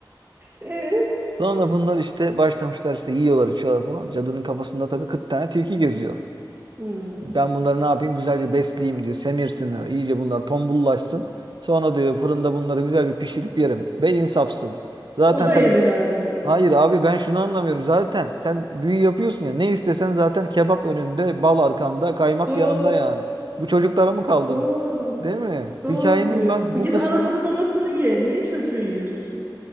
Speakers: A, on the right (about 25°); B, on the right (about 65°).
A: E?
B: <laughs> Sonra bunlar işte başlamışlar işte yiyorlar içiyorlar falan. Cadının kafasında tabii 40 tane tilki geziyor.
A: Hmm.
B: Ben bunları ne yapayım güzelce besleyeyim diyor. Semirsinler iyice bunlar tombullaşsın. Sonra diyor fırında bunları güzel bir pişirip yerim. Be insafsız. Zaten
A: O da
B: sen
A: yeme derdinde.
B: Hayır abi ben şunu anlamıyorum. Zaten sen büyü yapıyorsun ya. Ne istesen zaten kebap önünde, bal arkanda, kaymak
A: Doğru.
B: yanında yani. Bu çocuklara mı kaldın?
A: Doğru.
B: Değil mi?
A: Doğru
B: Hikayenin
A: diyorsun.
B: ben bu
A: Git
B: kısmına
A: anasını babasını ye. Niye çocuğu yiyorsun?